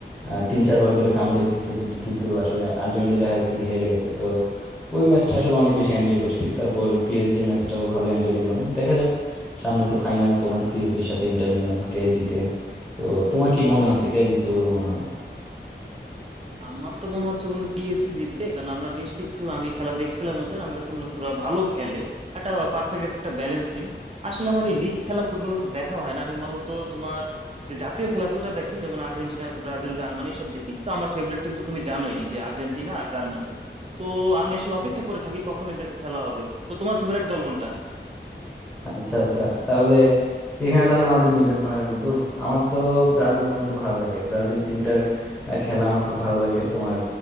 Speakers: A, in the centre; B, on the right.
A: আহ, তিন চারবার করে কামব্যাক দিছে কিন্তু কিন্তু আসলে আলটিমেটলি দেখা যাচ্ছে কি হেরে গেছে তো ওই ম্যাচটা আসলে অনেক বেশি এনজয় করছি তারপর পিএসজি এর ম্যাচটাও ভালো এনজয় করলাম দেখা যাক সামনে তো ফাইনাল তোমার পিএসজির সাথে ইন্টার মিলান কে জিতে তো তোমার কি মনে হচ্ছে কে জিতবে বলে মনে হয়
B: আমার তো মনে হচ্ছে বন্ধু পিএসজি জিতবে কারণ আমরা বেশ কিছু আমি খেলা দেখছিলাম ওদের আমার কাছে মনে হচ্ছে ওরা ভালো খেলে একটা পারফেক্ট একটা ব্যালেন্স টিম আসলে আমার এই লিগ খেলা ফুটবল তো দেখা হয় না আমি মূলত তোমার যে জাতীয় খেলা আছে ওটা দেখি যেমন আর্জেন্টিনা ব্রাজিল জার্মানি সব দেখি তো আমার ফেভারিট টিম তো তুমি জানোই যে আর্জেন্টিনা আর জার্মানি তো আমি আসলে অপেক্ষা করে থাকি কখন এদের খেলা হবে তো তোমার ফেভারিট দল কোনটা
A: আচ্ছা আচ্ছা তাহলে এখানে তাহলে আমাদের মিলতেছে না রে বন্ধু আমার তো ব্রাজিল বন্ধু ভালো লাগে ব্রাজিল টিমটার আহ, খেলা আমার খুব ভালো লাগে তোমার